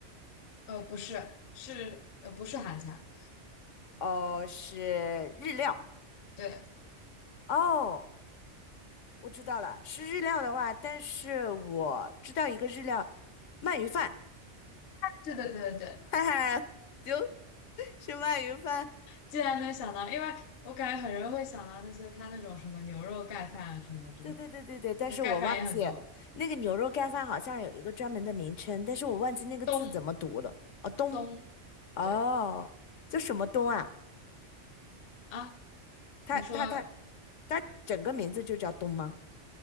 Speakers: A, on the left; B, on the left.
A: 呃，不是，是呃，不是韩餐，
B: 哦，是日料。
A: 对，
B: 哦，我知道了，是日料的话，但是我知道一个日料，鳗鱼饭。
A: 对对对对，对。
B: <laughs> 哈哈，<laughs> 行，是鳗鱼饭。
A: 竟然能想到，因为我感觉很容易会想到那些他那种什么牛肉盖饭啊什么这种，
B: 对对对对对，但是我忘记
A: 那盖饭也很多，
B: 那个牛肉盖饭好像有一个专门的名称，但是我忘记那个字怎么读了。
A: 东
B: 哦，东，
A: 东，
B: 哦，
A: 对
B: 叫什么东啊？
A: 啊，
B: 它它它
A: 你说
B: 它整个名字就叫东吗？